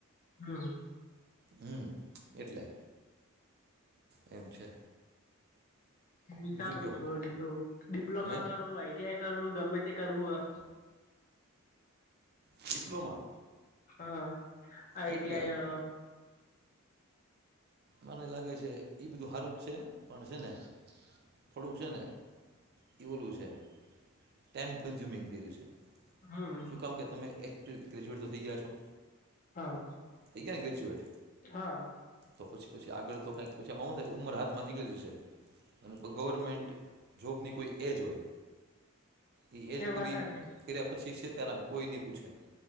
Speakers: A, on the left (about 35°); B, on the right (about 45°).
A: હમ્મ
B: હમ્મ એટલે એમ છે
A: વિચારું
B: બીજું કયો
A: છું હજીતો ડિપ્લોમા
B: હે
A: કરું આઈ ટી આઈ કરું ગમેતે કરુ અ
B: ડિપ્લોમા
A: હ આઈ
B: આઈટીઆઈ
A: ટી આઈ હ
B: મને લાગે છે ઇ બધું હારું જ છે પણ છે ને થોડુંક છે ને ઇ ઓલું છે ટાઈમ કન્ઝ્યુમિંગ થઈ જશે
A: હમ
B: શું કામ કે તમે એક ગ્રેજ્યુએટ તો થઈ ગયા છો
A: હા
B: થઇ ગયા ને ગ્રેજ્યુએટ
A: હા
B: તો પછી પછી આગળ તો કંઈક પછી એમાં હું થાય ઉંમર હાથમાં નીકળી જશે અને પ ગવર્મેન્ટ જોબની કોઈ એજ હોય ઇ એજ
A: એ
B: પૂરી
A: વાત સાચી
B: કર્યા પછી છેે તારામ કોઈ નહી પૂછે